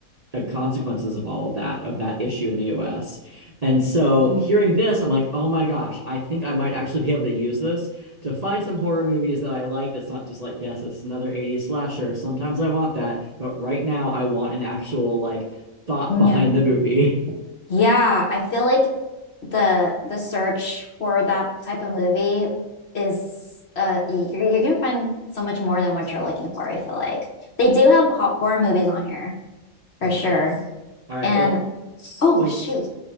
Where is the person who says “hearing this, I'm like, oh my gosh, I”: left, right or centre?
Right